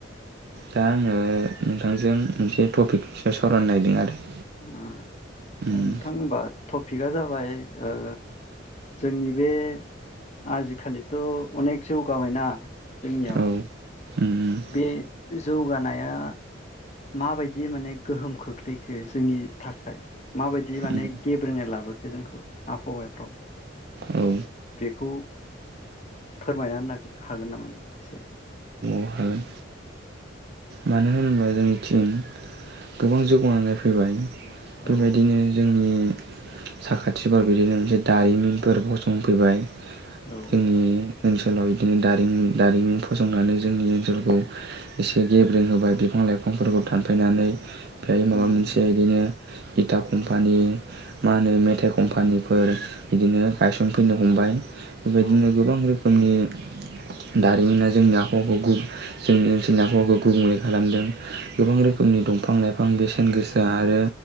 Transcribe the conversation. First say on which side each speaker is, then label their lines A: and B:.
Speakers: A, on the right (about 55°); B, on the left (about 35°).
A: दा आंङो नोंथांजों मोनसे टपिक सायाव सावरायनो नागिरदों आरो।
B: उम
A: उम
B: दा नोंथां होनबा टपिकआ जाबाय ओ जोंनि बे आजिखालिथ' अनेख जौगाबायना जोंनियाव?
A: औ उम
B: बे जौगानाया माबायदि माने गोहोम खोख्लैखो जोंनि थाखाय माबायदि माने
A: उम
B: गेब्रेनाय लाबोखो जोंखौ आबहावाफ्राव
A: औ
B: बेखौ फोरमायना होनो हागोन नामा नों एसे?
A: औ हागोन मानो होनोबा जोंनिथिं गोबां जौगानानै फैबाय
B: औ
A: बेबायदिनो जोंनि साखाथि बा बिदिनो मोनसे दारिमिनफोर फसंफैबाय
B: औ
A: जोंनि ओनसोलाव इदिनो दारिमिन दारिमिन फसंनानै जोंनि ओनसोलखौ एसे गेब्रेें होबाय बिफां लाइफांफोरखौ दानफायनानै ओमफाय
B: उम
A: माबा मोनसे इदिनो इथा कम्पानि मा होनो मेथाइ कम्पानिफोर बिदिनो गायसनफैनो हमबाय बेबायदिनो
B: औ
A: गोबां रो खोमनि दारिमिना जोंनि आबहावाखौ गुबुं जोंनि ओनसोलनि आबहावाखौ गुबुंले खालामदों गोबां रोखोमनि दंफां लाइ फां बेसेन गोसा आरो